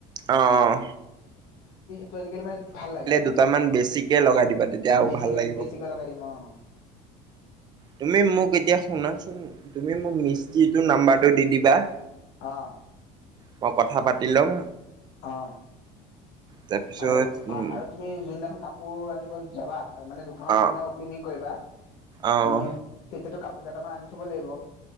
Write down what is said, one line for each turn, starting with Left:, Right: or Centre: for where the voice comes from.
Right: আহ
Left: ত আজিকালি মানে ভাল লাগে মানে
Right: দুটামান বেছিকে লগাই দিবা তেতিয়া আৰু
Left: বেছিকে
Right: ভাল লাগিব
Left: বেছিকে লগাই দিম অ
Right: তুমি মোক এতিয়া শুনাচোন তুমি মোক মিস্ত্ৰীটো নাম্বাৰটো দি দিবা
Left: অ
Right: মই কথা পাতি লম।
Left: অ',
Right: তাৰপিছত
Left: আৰু
Right: উম
Left: আৰু তুমি যোনদিনাখন কাপ কাপোৰ আনিব যাবা মানে দোকান
Right: অ
Left: জুনদিনা অপেনিং কৰিবা
Right: অ
Left: তুমি তেতিয়া টো কাপোৰ কেইটামান আনি থ'ব লাগিব।